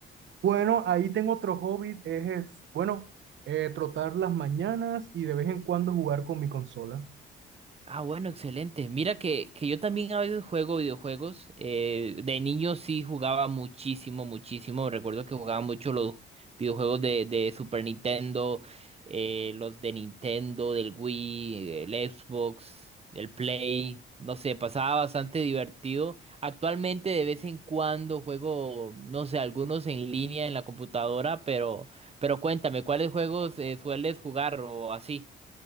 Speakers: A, on the right; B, on the right.
A: Bueno, ahí tengo otro hobby, es, es, bueno, eh, trotar las mañanas y de vez en cuando jugar con mi consola.
B: Ah, bueno, excelente. Mira que, que yo también a veces juego videojuegos. eh, de niño sí jugaba muchísimo, muchísimo. Recuerdo que jugaba mucho los videojuegos de, de Super Nintendo, eh, los de Nintendo, del Wii, el Xbox, el Play. No sé, pasaba bastante divertido. Actualmente de vez en cuando juego, no sé, algunos en línea en la computadora, pero, pero cuéntame, ¿cuáles juegos eh, sueles jugar o así?